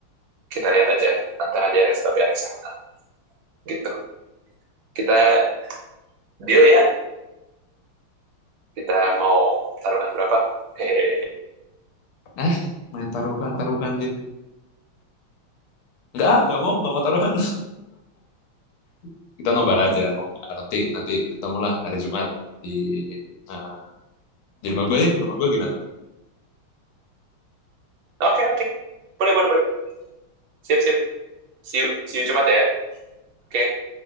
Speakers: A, on the right; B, on the left.
A: kita lihat aja antara di Arex tapi Arex yang menang gitu kita deal ya kita mau taruhkan berapa hehehe
B: Ah, main taruhan-taruhan deh. Enggak, ah, enggak mau, enggak mau taruhan. <laughs> Kita nobar aja, nobar. Nanti, nanti ketemulah hari Jumat di eh, di rumah gue deh. Rumah gue gimana?
A: oke oke boleh boleh boleh sip sip see you see you Jumat ya oke